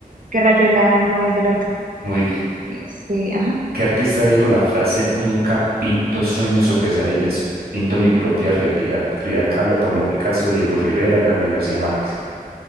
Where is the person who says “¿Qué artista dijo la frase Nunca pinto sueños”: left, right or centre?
Right